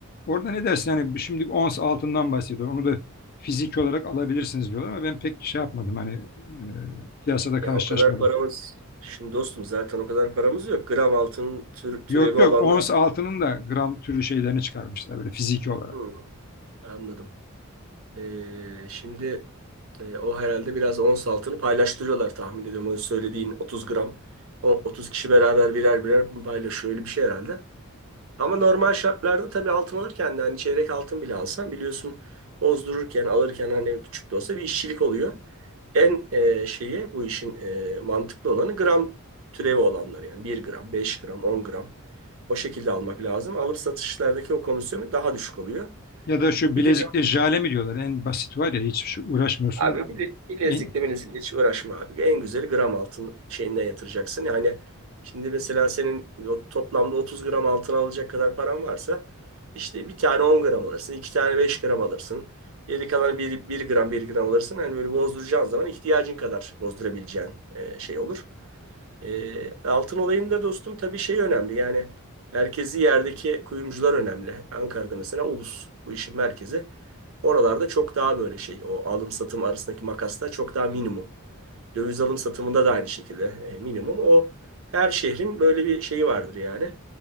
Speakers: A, on the left; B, on the right.
A: Orada ne dersin? Yani şimdi ons altından bahsediyor. Onu da fizik olarak alabilirsiniz diyorlar ama ben pek şey yapmadım. Hani e, piyasada karşılaşmadım.
B: Ya o kadar paramız. Şimdi dostum zaten o kadar paramız yok. Gram altın tür, türevi
A: Yok
B: olanlar.
A: yok ons altının da gram türlü şeylerini çıkarmışlar böyle fiziki olarak.
B: Hı. Anladım. Ee, şimdi e, o herhalde biraz ons altını paylaştırıyorlar tahmin ediyorum. O söylediğin 30 gram. O 30 kişi beraber birer birer bunu paylaşıyor. Öyle bir şey herhalde. Ama normal şartlarda tabii altın alırken de hani çeyrek altın bile alsan biliyorsun bozdururken alırken hani küçük de olsa bir işçilik oluyor. En e, şeyi bu işin e, mantıklı olanı gram türevi olanlar yani bir gram, 5 gram, 10 gram o şekilde almak lazım. Alıp satışlardaki o komisyon daha düşük oluyor.
A: Ya da şu
B: E,
A: bilezikte
B: bir de
A: jale mi diyorlar en basit var ya hiç şu uğraşmıyorsun.
B: Abi bile, bilezikle
A: En-
B: bilezikle hiç uğraşma abi. En güzeli gram altın şeyinden yatıracaksın. Yani şimdi mesela senin o toplamda 30 gram altın alacak kadar paran varsa işte bir tane 10 gram alırsın, iki tane 5 gram alırsın. Geri kalan bir bir gram bir gram alırsın. Yani böyle bozduracağın zaman ihtiyacın kadar bozdurabileceğin e, şey olur. E, altın olayında dostum tabii şey önemli yani merkezi yerdeki kuyumcular önemli. Ankara'da mesela Ulus bu işin merkezi. Oralarda çok daha böyle şey o alım satım arasındaki makasta çok daha minimum. Döviz alım satımında da aynı şekilde e, minimum. O her şehrin böyle bir şeyi vardır yani.